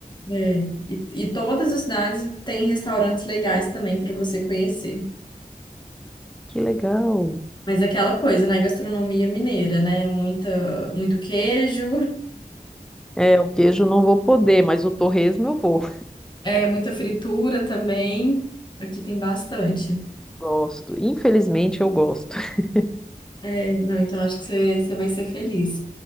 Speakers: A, on the left; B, in the centre.
A: É. E, e todas as cidades têm restaurantes legais também para você conhecer.
B: Que legal.
A: Mas é aquela coisa,
B: E-
A: né? Gastronomia mineira, né? Muita, muito queijo,
B: É, o queijo não vou poder, mas o torresmo eu vou.
A: <laughs> é, muita fritura também. Aqui tem bastante.
B: Gosto. Infelizmente eu gosto. <laughs>
A: É, não, então acho que você, você vai ser feliz.